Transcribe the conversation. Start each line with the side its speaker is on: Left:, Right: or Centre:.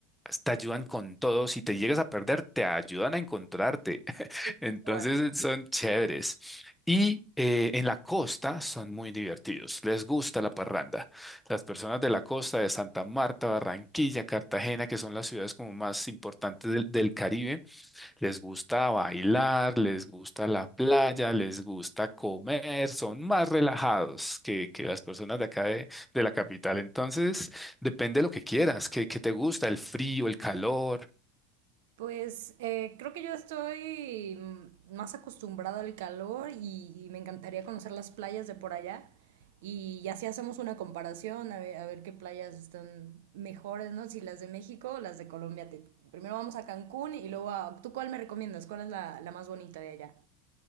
Centre: te ayudan con todo. Si te llegas a perder, te ayudan a encontrarte.
Right: Qué
Centre: Entonces
Right: bueno.
Centre: son chéveres. Y eh, en la costa son muy divertidos, les gusta la parranda. Las personas de la costa de Santa Marta, Barranquilla, Cartagena, que son las ciudades como más importantes del, del Caribe, les gusta bailar, les gusta la playa, les gusta comer, son más relajados que, que las personas de acá de, de la capital. Entonces, depende de lo que quieras, que, que te gusta, el frío, el calor.
Right: Pues eh, creo que yo estoy mm, más acostumbrada al calor y, y me encantaría conocer las playas de por allá. Y, y así hacemos una comparación a ver, a ver qué playas están mejores, ¿no? Si las de México o las de Colombia. Te- primero vamos a Cancún y luego a... ¿Tú cuál me recomiendas? ¿Cuál es la, la más bonita de allá?